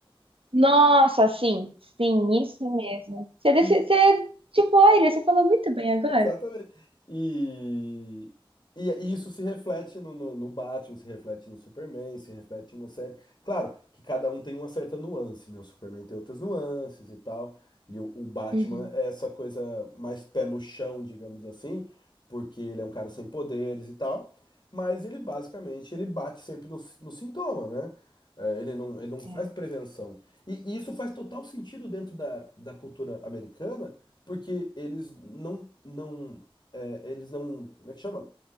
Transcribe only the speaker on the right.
Nossa, sim, sim, isso mesmo. Você, desse-
você tipo, olha, você falou muito bem agora.
Uhum,
é.